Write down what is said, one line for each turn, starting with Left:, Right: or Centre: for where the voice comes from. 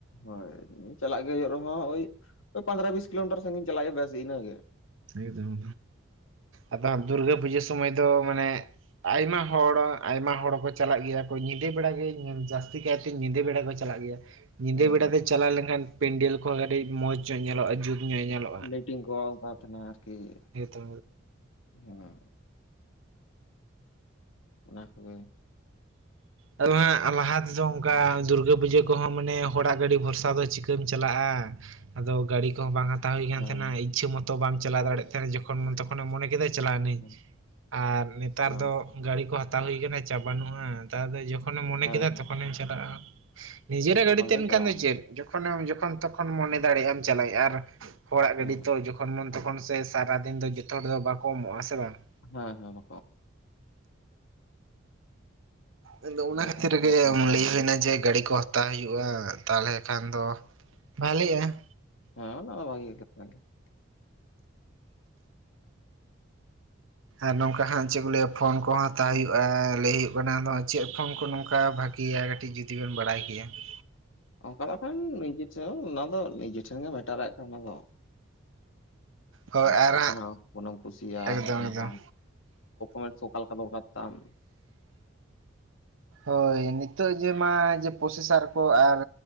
Left: ᱦᱳᱭ ᱪᱟᱞᱟᱜ ᱜᱮ ᱦᱩᱭᱩᱜ ᱨᱮᱦᱚᱸ ᱳᱭ ᱳᱭ ᱯᱚᱱᱫᱽᱨᱚ ᱵᱤᱥ ᱠᱤᱞᱳᱢᱤᱴᱟᱨ ᱥᱟᱺᱜᱤᱧ ᱪᱟᱞᱟᱜ ᱜᱮ ᱵᱮᱥ ᱤᱱᱟᱹᱜᱮ
Right: ᱮᱫᱚᱢ ᱟᱫᱚ ᱫᱩᱨᱜᱟᱹ ᱯᱩᱡᱟᱹ ᱥᱚᱢᱚᱭ ᱫᱚ ᱢᱟᱱᱮ <unintelligible> ᱟᱭᱢᱟ ᱦᱚᱲ ᱟᱭᱢᱟ ᱦᱚᱲᱠᱚ ᱪᱟᱞᱟᱜ ᱜᱮᱭᱟ ᱠᱚ ᱧᱤᱫᱟᱹ ᱵᱮᱲᱟ ᱜᱮ ᱡᱟᱹᱥᱛᱤ ᱪᱤᱠᱮᱛᱮ ᱧᱤᱫᱟᱹ ᱵᱮᱲᱟ ᱠᱚ ᱪᱟᱞᱟᱜ ᱜᱮᱭᱟ ᱾ ᱧᱤᱫᱟᱹ
Left: ᱦᱮᱸ
Right: ᱵᱮᱲᱟ ᱛᱮ ᱪᱟᱞᱟᱣ ᱞᱮᱱᱠᱷᱟᱱ ᱯᱮᱱᱰᱮᱞ ᱠᱚᱦᱚᱸ ᱠᱟᱹᱴᱤᱡ ᱢᱚᱸᱡᱽ ᱧᱚᱜ ᱧᱮᱞᱚᱜᱼᱟ ᱡᱩᱛ ᱧᱚᱜ ᱧᱮᱞᱚᱜᱼᱟ ᱾
Left: ᱞᱟᱤᱴᱤᱝ ᱜᱚᱜ ᱛᱟᱦᱮᱱᱟ ᱟᱨᱠᱤ <inaudible>
Right: ᱦᱮᱸᱛᱚ
Left: ᱦᱮᱸ <unintelligible> ᱚᱱᱟ ᱠᱚᱜᱮ ᱾
Right: ᱟᱫᱚ ᱦᱟᱸᱜ ᱞᱟᱦᱟ ᱛᱮᱫᱚ ᱚᱱᱠᱟ
Left: ᱦᱮᱸ
Right: ᱫᱩᱨᱜᱟᱹ ᱯᱩᱡᱟᱹ ᱾ ᱠᱚᱦᱚᱸ ᱢᱟᱱᱮ ᱦᱚᱲᱟᱜ ᱜᱟᱹᱰᱤ ᱵᱷᱚᱨᱥᱟ ᱫᱚ ᱪᱤᱠᱟᱹᱢ ᱪᱟᱞᱟᱜᱼᱟ ᱟᱫᱚ ᱜᱟᱹᱰᱤ ᱠᱚᱦᱚᱸ ᱵᱟᱝ ᱾ ᱦᱟᱛᱟᱣ ᱦᱩᱭ ᱠᱟᱱ
Left: ᱦᱮᱸ
Right: ᱛᱟᱦᱮᱱᱟ ᱤᱪᱪᱷᱟᱹ ᱢᱚᱛᱚ ᱵᱟ ᱪᱟᱞᱟᱣ ᱫᱟᱲᱮᱭᱟᱜ ᱛᱟᱦᱮᱱᱟ ᱡᱚᱠᱷᱚᱱ ᱢᱚᱱᱮ ᱠᱮᱫᱟ ᱪᱟᱞᱟᱣᱱᱟᱹᱧ
Left: ᱦᱮᱸ
Right: ᱾ ᱟᱨ ᱱᱮᱛᱟᱨ
Left: ᱚ
Right: ᱫᱚ ᱜᱟᱰᱤ ᱠᱚ ᱦᱟᱛᱟᱣ ᱦᱩᱭ ᱟᱠᱟᱱᱟ ᱪᱟᱯ ᱵᱟᱹᱱᱩᱜᱼᱟ ᱱᱮᱛᱟᱨ ᱫᱚ ᱡᱚᱠᱷᱚᱱ ᱡᱚᱠᱷᱚᱱ ᱮᱢ ᱢᱚᱱᱮ
Left: ᱦᱮᱸ
Right: ᱠᱮᱫᱟ
Left: ᱦᱮᱸ
Right: ᱛᱚᱠᱷᱚᱱᱮᱧ ᱪᱟᱞᱟᱜᱼᱟ ᱱᱤᱡᱮᱨᱟᱜ
Left: ᱛᱚᱠᱷᱚᱱ
Right: ᱜᱟᱹᱰᱤ ᱛᱮᱦᱮ
Left: ᱜᱮᱢ
Right: ᱞᱮᱱᱠᱷᱟᱱ
Left: ᱪᱟᱞᱟᱣ
Right: ᱫᱚ ᱪᱮᱫ ᱡᱚᱠᱷᱚᱱᱮᱢ ᱡᱚᱠᱷᱚᱱ ᱛᱚᱠᱷᱚᱱ ᱢᱚᱱᱮ ᱫᱟᱲᱮᱭᱟᱜᱼᱟᱢ ᱪᱟᱞᱟᱜ ᱟᱨ ᱦᱚᱲᱟᱜ
Left: ᱮᱱᱟ
Right: ᱜᱟᱹᱰᱤ ᱛᱚ ᱡᱚᱠᱷᱚᱱ ᱛᱚᱠᱷᱚᱱ ᱥᱮ ᱾ ᱥᱟᱨᱟᱫᱤᱱ ᱫᱚ ᱡᱚᱛᱚ ᱦᱚᱲ ᱫᱚ ᱵᱟᱠᱚ ᱮᱢᱚᱜ-ᱟ ᱥᱮ ᱵᱟᱝ ᱾
Left: ᱦᱮᱸ ᱦᱮᱸ ᱾
Right: ᱟᱫᱚ ᱚᱱᱟ
Left: ᱡᱚᱠᱷᱚᱱ
Right: ᱠᱷᱟᱹᱛᱤᱨ
Left: ᱛᱚᱠᱷᱚᱱ
Right: ᱜᱮ
Left: ᱵᱟᱠᱚ ᱠᱚᱢᱚᱜᱼᱟ
Right: ᱞᱟᱹᱭ ᱦᱩᱭᱱᱟ ᱡᱮ ᱜᱟᱹᱰᱤ ᱠᱚ ᱦᱟᱛᱟᱣ ᱦᱩᱭᱩᱜᱼᱟ ᱛᱟᱦᱚᱞᱮ ᱠᱷᱟᱱ ᱫᱚ ᱾ ᱵᱷᱟᱞᱮᱜᱼᱟ ᱾
Left: ᱦᱮᱸ ᱟ ᱵᱷᱟᱹᱜᱮᱮ <unintelligible>
Right: ᱟᱨ ᱱᱚᱝᱠᱟ ᱦᱟᱸᱜ ᱪᱮᱫ ᱠᱚ ᱞᱟᱹᱭᱟ ᱯᱷᱳᱱ ᱠᱚ ᱦᱟᱛᱟᱣ ᱦᱩᱭᱩᱜᱼᱟ ᱞᱟᱹᱭ ᱦᱩᱭᱩᱜ ᱠᱟᱱᱟ ᱪᱮᱫ ᱯᱷᱳᱱ ᱠᱚ ᱱᱚᱝᱠᱟ ᱵᱷᱟᱜᱮᱤᱭᱟ ᱾ ᱠᱟᱹᱴᱤᱡ ᱡᱩᱫᱤ ᱵᱮᱱ ᱵᱟᱲᱟᱭ ᱠᱮᱭᱟ <unintelligible>
Left: ᱚᱱᱠᱟ ᱫᱚ ᱠᱷᱟᱱ ᱱᱤᱡᱮ ᱴᱷᱮᱱ ᱚᱱᱟ ᱫᱚ ᱱᱤᱡᱮ ᱴᱷᱮᱱ ᱜᱮ ᱢᱮᱴᱟᱨᱟᱭ ᱠᱟᱱ ᱚᱱᱟ ᱫᱚ <unintelligible> <unintelligible>
Right: ᱦᱳᱭ
Left: ᱠᱟᱞᱮᱱᱟᱜ
Right: ᱟᱨ ᱦᱟᱸᱜ
Left: ᱯᱷᱳᱱ ᱮᱢ ᱠᱩᱥᱤᱭᱟᱜ
Right: ᱮᱠᱫᱚᱢ
Left: ᱦᱟᱛᱟᱣ
Right: ᱮᱠᱫᱚᱢ
Left: ᱢᱮ <inaudible> <unintelligible>
Right: ᱦᱳᱭ ᱱᱤᱛᱚᱜ ᱡᱮ ᱢᱟ ᱡᱮ ᱯᱨᱚᱥᱮᱥᱟᱨ ᱠᱚ ᱟᱨ